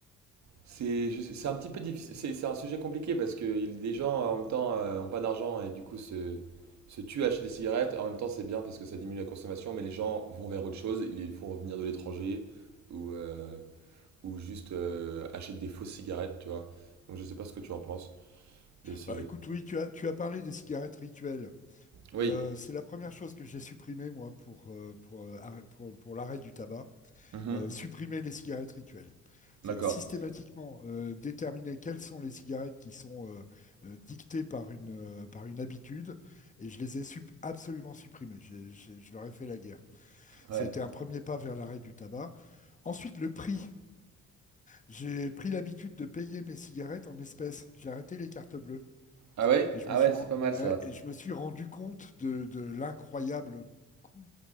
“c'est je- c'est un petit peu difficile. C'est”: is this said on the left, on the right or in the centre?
Right